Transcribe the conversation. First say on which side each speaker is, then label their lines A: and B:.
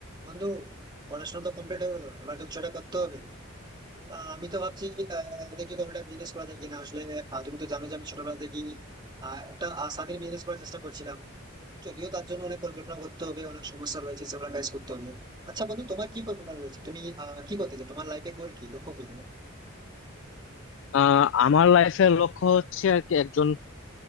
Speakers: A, on the right; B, on the left.
A: বন্ধু পড়াশোনা তো কমপ্লিট হয়ে গেলো এবার তো কিছু একটা করতে হবে তা আমি তো ভাবছি আহ, দেখি কোনো একটা বিজনেস করা যায় কিনা আসলে আহ, তুমি তো জানো যে আমি ছোটবেলা থেকেই আহ, একটা আহ, স্বাধীন বিজনেস করার চেষ্টা করছিলাম যদিও তার জন্য অনেক পরিকল্পনা করতে হবে অনেক সমস্যা রয়েছে সেগুলো ফেস করতে হবে আচ্ছা বন্ধু তোমার কি পরিকল্পনা রয়েছে তুমি আহ, কি করতে চাও তোমার লাইফে গোল কি লক্ষ্য কি তোমার?
B: আহ আমার লাইফের লক্ষ্য হচ্ছে আর কি একজন